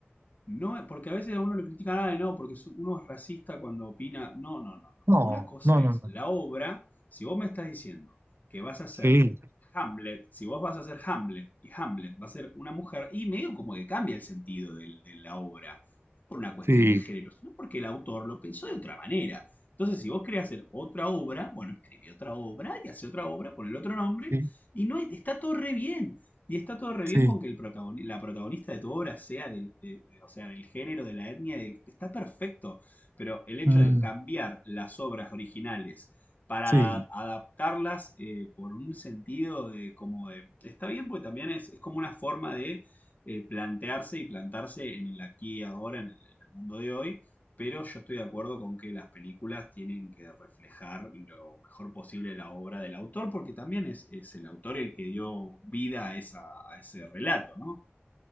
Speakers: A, on the left; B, on the right.
A: no, porque a veces a uno lo critican, ah, no, porque su- uno es racista cuando opina. No, no, no, no.
B: No,
A: Una cosa
B: no, no,
A: es
B: no.
A: la obra, si vos me estás diciendo que vas a hacer
B: Sí.
A: Hamlet, si vos vas a hacer Hamlet y Hamlet va a ser una mujer, y medio como que cambia el sentido del- de la obra, no por una cuestión
B: Sí,
A: de género, sino porque el autor lo pensó de otra manera. Entonces, si vos querés hacer otra obra, bueno, escribí otra obra y hace otra obra, ponle otro nombre,
B: sí,
A: y no hay- está todo re bien. Y está todo re
B: sí,
A: bien con que el protagoni- la protagonista de tu obra sea del, de- de- o sea, del género, de la etnia, del- está perfecto. Pero el hecho
B: mm,
A: de cambiar las obras originales para
B: sí,
A: adaptarlas eh, por un sentido de como de... Está bien porque también es, es como una forma de eh, plantearse y plantarse en el aquí y ahora, en el, en el mundo de hoy. Pero yo estoy de acuerdo con que las películas tienen que reflejar lo mejor posible la obra del autor, porque también es, es el autor el que dio vida a, esa, a ese relato, ¿no?